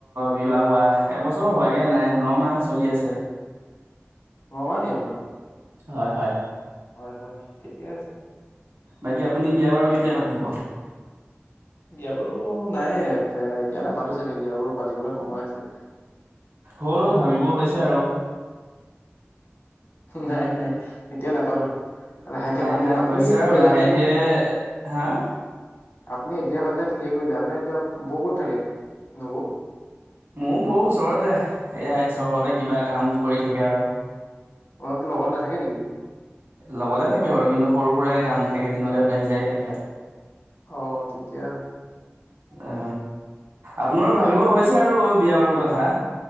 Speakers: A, on the right; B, on the left.
A: বিবাহ হোৱা, এবছৰ হোৱাগে নাই নমাহ চলি আছে।
B: ন' মাহ নেকি আপোনাৰ?
A: হয় হয়
B: হয় হয় ঠিকে আছে।
A: বাকী আপুনি বিয়া বাৰু কেতিয়া পাতিব?
B: বিয় বাৰো নাইে এ এতিয়া নাপাতো চাগে বিয় বাৰু পাতিবলৈ সময় আছে।
A: হ'লো ভাবিব হৈছে আৰু।
B: নাই নাই এতিয়া নাপাতো। লাহেকে
A: নাই
B: পাতিম।
A: নাই
B: আপুনি
A: হৈছে আৰু
B: ঠিকে
A: লাহে
B: আপুনি
A: ধীৰে হা
B: আপুনি এতিয়া পাতিলে ঠিকে কৰিলে, আপোনাৰ এতিয়া বৌ ক'ত থাকে নবৌ?
A: মোৰ বৌ ওচৰতে, এয়াই চহৰতে কিবা কাম কৰি থাকে আৰু।
B: অঁ তোৰ লগত নেথাকে নেকি?
A: লগতে থাকে বাৰু, কিন্তু সৰু সুৰাই কাম থাকে দিনতে ওলাই যায় তেখেত।
B: অ ঠিকে আছে।
A: অ আপোনাৰো
B: ঠিকে
A: ভাবিব
B: আছে
A: হৈছে আৰু বিয়া বাৰু কথা।